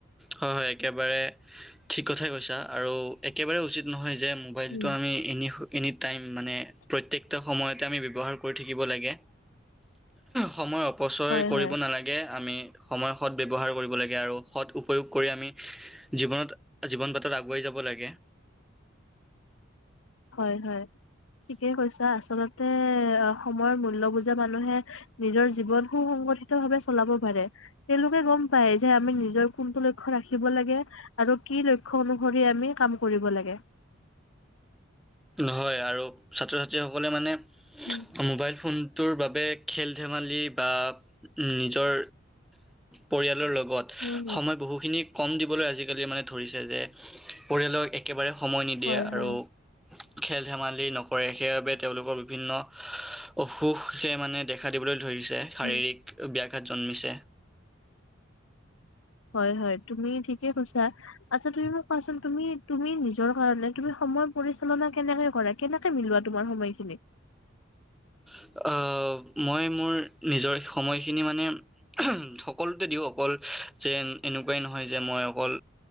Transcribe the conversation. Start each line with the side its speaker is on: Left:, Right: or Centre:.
Centre: হয়, হয়, একেবাৰে ঠিক কথাই কৈছা আৰু একেবাৰে উচিত নহয় যে, মোবাইলটো
Left: উম,
Centre: আমি এনি, এনি টাইম মানে, প্ৰত্যেকটো সময়তে আমি ব্যৱহাৰ কৰি থাকিব লাগে। সময় অপচয়
Left: হয়
Centre: কৰিব
Left: হয়
Centre: নালাগে। আমি সময় সৎ ব্যৱহাৰ কৰিব লাগে আৰু সৎ উপয়োগ কৰি আমি জীৱনত, জীৱন বাটত আগুৱাই যাব লাগে।
Left: হয়, হয়, ঠিকেই কৈছা, আচলতে অ' সময়ৰ মূল্য বুজা মানুহে, নিজৰ জীৱন সু-সংগঠিত ভাৱে চলাব পাৰে। তেওঁলোকে গ'ম পায় যে আমি নিজৰ কোনটো লক্ষ্য ৰাখিব লাগে। আৰু কি লক্ষ্য অনুসৰি আমি কাম কৰিব লাগে।
Centre: নহয় আৰু ছাত্ৰ-ছাত্ৰীসকলে মানে
Left: উম।
Centre: মোবাইল ফোনটোৰ বাবে খেল-ধেমালি বা নিজৰ পৰিয়ালৰ লগত,
Left: উম,
Centre: সময় বহুখিনি ক'ম দিবলৈ আজিকালি মানে ধৰিছে যে পৰিয়ালক একেবাৰে সময় নিদিয়ে
Left: হয়,
Centre: আৰু
Left: হয়,
Centre: খেল-ধেমালি নক কৰে, সেইবাবে তেওঁলোকক, বিভিন্ন অসুখে মানে দেখা দিবলৈ ধৰিছে শাৰীৰিক।
Left: উম,
Centre: ব্যাঘাত জন্মিছে।
Left: হয়, হয়, তুমি ঠিকে কৈছা। আচ্ছা, তুমি মোক কোৱাচোন তুমি, তুমি নিজৰ কাৰণে তুমি সময় পৰিচালনা কেনেকে কৰা? কেনেকে মিলোৱা তোমাৰ সময়খিনি?
Centre: আ, মই, মোৰ নিজৰ সময়খিনি মানে সকলোতে দিওঁ, অকল যে এনেকুৱাই নহয়, যে মই অকল